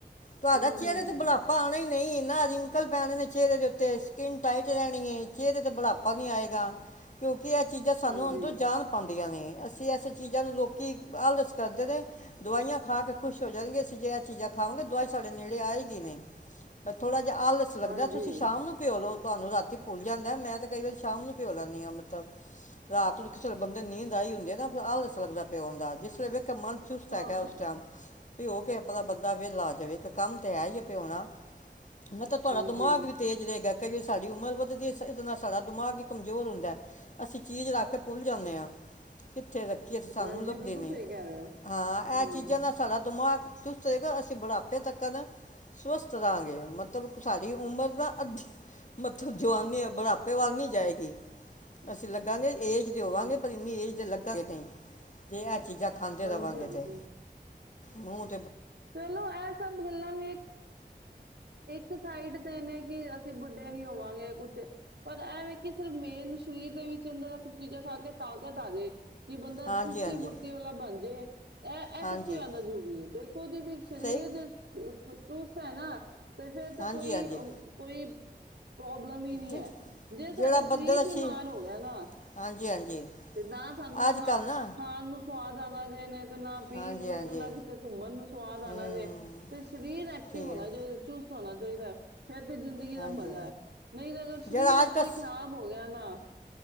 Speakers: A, on the left (about 50°); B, on the right (about 85°).
A: ਤੁਹਾਡਾ
B: ਹੂੰ
A: ਚਿਹਰੇ
B: ਹੂੰ
A: ਤੇ ਬੁਢਾਪਾ ਆਉਣਾ ਈ ਨਹੀਂ ਨਾ ਰਿੰਕਲ ਪੈਣੇ ਨੇ ਚਿਹਰੇ <unintelligible> ਤੇ ਸਕਿਨ ਟਾਈਟ ਰਹਿਣੀ ਐ ਚਿਹਰੇ ਤੇ ਬੁਢਾਪਾ ਨੀ ਆਏਗਾ ਕਿਉਂ ਕਿ ਇਹ ਚੀਜ਼ਾਂ ਸਾਨੂੰ
B: ਹਾਂਜੀ
A: ਅੰਦਰੋਂ ਜਾਨ ਪਾਉਂ ਦੀਆਂ ਨੇ ਅਸੀਂ <unintelligible> <unintelligible> ਚੀਜਾਂ ਨੂੰ ਲੋਕੀ ਆਲਸ ਕਰਦੇ ਨੇ ਦਵਾਈਆਂ ਖਾ ਕੇ ਖੁਸ਼ ਹੋ ਜਾਣਗੇ ਅਸੀ ਜੇ ਐ ਚੀਜਾਂ ਖਾਵਾਗੇ ਦਵਾਈ ਸਾਡੇ ਨੇੜੇ ਆਏਗੀ ਨੀ ਬ ਥੋੜਾ ਜਾ ਆਲਸ ਲੱਗਦਾ
B: ਹਾਂਜੀ
A: ਤੁਸੀਂ ਸ਼ਾਮ ਨੂੰ ਪਿਓ ਲੋ ਤੁਹਾਨੂੰ ਰਾਤੀ ਭੁੱਲ ਜਾਂਦਾ ਮੈਂ ਤੇ ਕਈ ਵਾਰੀ ਸ਼ਾਮ ਨੂੰ ਭਿਓ ਲੈਂਨੀ ਆ <unintelligible> ਰਾਤ ਦੇਖ ਚਲੋ ਬੰਦੇ ਨੀਂਦ ਆਈ ਹੁੰਦੀ ਆ ਨਾ <unintelligible> ਲੱਗਦਾ <unintelligible> ਮਨ ਚੁਸਤ
B: ਹਾਂ
A: ਹੈਗਾ ਉਸ ਟਾਈਮ ਪਿਯੋ ਕੇ <unintelligible> ਬੰਦਾ ਵੇਲਾ ਜਾਵੇ ਇੱਕ ਕੰਮ ਤੇ ਹੈ ਹੀ ਐ ਪਿਓਣਾ। ਮ ਤਾਂ ਤੁਹਾਡਾ
B: ਹਾਂਜੀ
A: ਦਿਮਾਗ ਵੀ ਤੇਜ਼ ਰਹੇਗਾ ਕਈ ਵਾਰ ਸਾਡੀ ਉਮਰ ਵੱਧਦੀ ਐ ਇਹਦੇ ਨਾਲ਼ ਸਾਡਾ ਦਿਮਾਗ ਹੀ ਕਮਜ਼ੋਰ ਹੁੰਦੈ ਅਸੀਂ ਚੀਜ਼ ਰੱਖ ਕੇ ਭੁੱਲ ਜਾਂਨੇ ਐ ਕਿੱਥੇ ਰੱਖ ਕਿ ਸਾਨੂੰ
B: ਹਾਂਜੀ
A: ਲੱਭਦੇ
B: ਬਿਲਕੁਲ
A: ਨਈ।
B: ਸਹੀ ਕਹਿ ਰਹੇ ਹੋ
A: ਹਾਂ
B: ਹੂੰ
A: ਐ ਚੀਜ਼ਾਂ ਨਾ ਸਾਡਾ ਦਿਮਾਗ ਚੁਸਤ ਰਹੇਗਾ ਅਸੀਂ ਬੁਢਾਪੇ ਤੱਕਨ ਸਵਸਥ ਰਹਾਂਗੇ ਮਤਲਬ ਸਾਡੀ ਉਮਰ ਦਾ ਅੱਧੀ ਮਤਲਬ ਜਵਾਨੀ ਬੁਢਾਪੇ ਵੱਲ ਨੀ ਜਾਏਗੀ ਅਸੀਂ ਲੱਗਾਂਗੇ ਏਜ ਦੇ ਹੋਵਾਂਗੇ
B: ਹਾਂ
A: ਪਰ ਇੰਨੀ ਏਜ ਦੇ ਲੱਗ ਨਹੀਂ ਜੇ ਅੱਜ ਚੀਜ਼ਾਂ ਖਾਂਦੇ
B: ਹਾਂਜੀ
A: ਰਵਾਂਗੇ
B: ਹਾਂਜੀ
A: ਤੇ ਮੂੰ
B: ਚਲੋ ਐ ਸਭ ਗੱਲਾਂ ਵੀ ਇੱਕ ਇੱਕ ਇੱਕ ਸਾਈਡ ਤੇ ਨੇ ਕਿ ਅਸੀਂ ਬੁੱਢੇ ਨੀ ਹੋਵਾਂਗੇ ਕੁੱਛ ਪਰ ਇਹਵੇ ਕਿ ਸਿਰਫ ਮੇਨ ਸਰੀਰ ਦੇ ਵਿੱਚ ਅੰਦਰ ਇਹ ਸਭ ਚੀਜ਼ਾਂ ਖਾ ਕੇ ਤਾਕਤ ਆ ਜੇ ਕਿ ਬੰਦਾ
A: ਹਾਂਜੀ
B: ਚੁਸਤੀ
A: ਹਾਂਜੀ
B: ਫੁਰਤੀ ਵਾਲਾ ਬਣ ਜੇ ਇਹ ਇਹ
A: ਹਾਂਜੀ
B: ਸਭ ਤੋਂ ਜ਼ਿਆਦਾ ਜ਼ਰੂਰੀ ਏ ਦੇਖ ਵੀ ਸ਼ਰੀਰ
A: ਸਹੀ
B: ਤੂੰ ਸੈ ਨਾ ਤੇ ਫਿਰ ਤੇ
A: ਹਾਂਜੀ
B: ਕੋਈ
A: ਹਾਂਜੀ
B: ਕੋਈ ਪ੍ਰੋਬਲਮ ਹੀ ਨੀ
A: ਜਿ-
B: ਹੈ ਜੇ ਸਾਡਾ
A: ਜਿਹੜਾ
B: ਸਰੀਰ
A: ਬੰਦੇ ਦਾ
B: ਬਿਮਾਰ
A: ਸੀ
B: ਹੋ ਗਿਆ ਨਾ
A: ਹਾਂਜੀ ਹਾਂਜੀ
B: ਤੇ ਨਾ ਸਾਨੂੰ
A: ਅੱਜ
B: ਖਾ
A: ਕੱਲ ਨਾ
B: ਖਾਣ ਨੂੰ ਸੁਆਦ ਆਨਾ ਜੇ ਨੇ ਤੇ ਨਾ ਪੀਣ
A: ਹਾਂਜੀ
B: ਨੂੰ
A: ਹਾਂਜੀ
B: ਤੇ ਨਾ ਕਿਤੇ ਘੁੰਮਣ ਨੂੰ ਆਣਾ
A: ਹੂੰ
B: ਜੇ ਤੇ ਸਰੀਰ ਐਕਟਿਵ
A: ਠੀਕ
B: ਹੋਣਾ
A: ਹੈ
B: ਜੇ ਚੁਸਤ ਹੋਣਾ ਚਾਹੀਦੈ ਫਿਰ ਤੇ ਜ਼ਿੰਦਗੀ ਦਾ
A: ਹਾਂਜੀ
B: ਮਜ਼ਾ ਏ ਨਹੀਂ ਤੇ ਅਗਰ ਸ਼ਰੀਰ
A: ਜਿਹੜਾ
B: ਇੱਕ
A: ਅੱਜ ਕੱਲ੍ਹ
B: ਅਰੀ ਖ਼ਰਾਬ ਹੋ ਗਿਆ ਨਾ <inaudible>